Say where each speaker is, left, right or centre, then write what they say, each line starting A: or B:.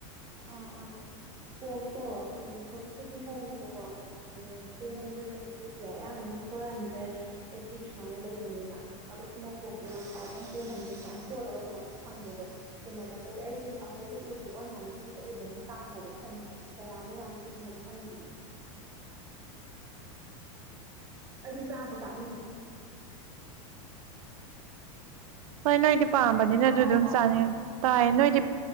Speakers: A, on the right; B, on the right.
A: ꯑ ꯑ ꯀꯣ ꯇꯣ ꯎꯝ ꯍꯧꯖꯤꯛꯛꯇ ꯍꯣꯡꯉꯦꯕꯀꯣ ꯀꯩꯅ ꯊ꯭ꯔꯤ ꯍꯟꯗ꯭ꯔꯦꯠꯀ ꯐꯤꯇꯤ ꯀꯌꯥ ꯑꯌꯥꯝꯕꯅ ꯐꯣꯔ ꯍꯟꯗ꯭ꯔꯦꯗ ꯑꯩꯠꯇꯤ ꯁꯨꯃꯥꯏꯅ ꯂꯩꯕꯅꯦꯕ ꯑꯗꯣ ꯏꯁꯣꯛ ꯕꯣꯛꯇꯣ ꯋꯥꯟ ꯊꯥꯎꯖꯟ ꯇꯨ ꯍꯟꯗ꯭ꯔꯦꯗ ꯐꯣꯔꯒ ꯑꯗꯨꯃꯥꯏꯅ ꯐꯪꯕꯗꯣ ꯀꯩꯅ ꯗꯤ ꯑꯩꯗꯤ ꯑꯨꯛꯇ ꯎꯔꯁꯦ ꯑꯣꯟꯂꯥꯏ ꯗ ꯎꯕꯗ ꯇꯥꯡꯅ ꯑꯗꯨꯝ ꯊꯦꯡꯅꯔꯦ ꯀꯌꯥꯃꯨꯛ ꯌꯥꯝ ꯄꯤꯗꯅꯣ ꯑꯗꯨ ꯐꯪꯈꯤꯅꯤ ꯑꯩꯁꯨ ꯆꯥꯕ ꯀꯥꯗ
B: ꯍꯣꯏ ꯅꯣꯏꯗꯤ ꯄꯥꯝꯕꯅꯤꯅ ꯑꯗꯨ
A: ꯇꯥꯔꯕꯣ
B: ꯑꯗꯨꯝ ꯆꯥꯅꯤꯡꯉ ꯇꯥꯏꯌꯦ ꯅꯣꯏꯗꯤ